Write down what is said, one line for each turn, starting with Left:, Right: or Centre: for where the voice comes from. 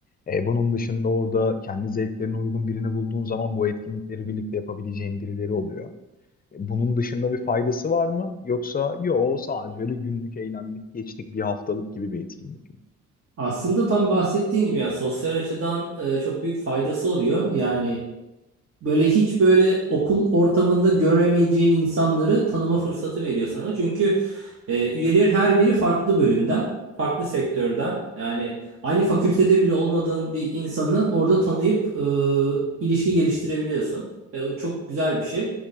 Left: E, bunun dışında orada kendi zevklerine uygun birini bulduğun zaman bu etkinlikleri birlikte yapabileceğin birileri oluyor. E, Bunun dışında bir faydası var mı? Yoksa yo sadece öyle günlük eğlendik geçtik bir haftalık gibi bir etkinlik mi?
Right: Aslında tam bahsettiğin gibi yani sosyal açıdan e, çok büyük faydası oluyor. Yani böyle hiç böyle okul ortamında göremeyeceğin insanları tanıma fırsatı veriyor sana. Çünkü Ee, üyeler her biri farklı bölümden, farklı sektörden. Yani aynı fakültede bile olmadığın bir insanı orada tanıyıp e, ilişki geliştirebiliyorsun. E, o çok güzel bir şey.